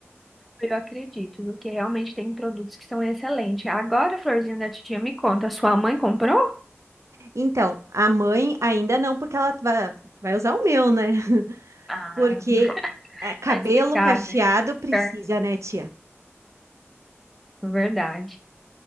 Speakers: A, in the centre; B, on the right.
A: eu acredito, porque realmente tem produtos que são excelentes. Agora, Florzinha da Titia, me conta, sua mãe comprou?
B: Então, a mãe ainda não, porque ela vai, vai usar o meu, né? <laughs>
A: Ah,
B: Porque
A: <laughs>
B: é, cabelo
A: tá explicado,
B: cacheado
A: né?
B: precisa,
A: Ver-
B: né, tia?
A: Verdade.